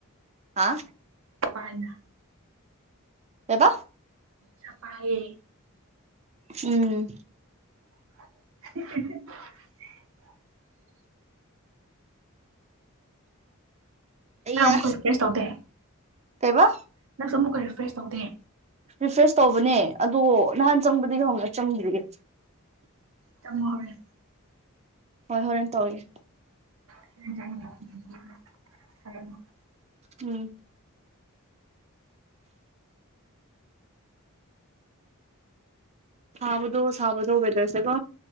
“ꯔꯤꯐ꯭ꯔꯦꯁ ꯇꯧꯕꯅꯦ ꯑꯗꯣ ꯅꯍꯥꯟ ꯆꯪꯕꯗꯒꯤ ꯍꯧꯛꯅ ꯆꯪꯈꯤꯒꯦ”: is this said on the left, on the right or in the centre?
Right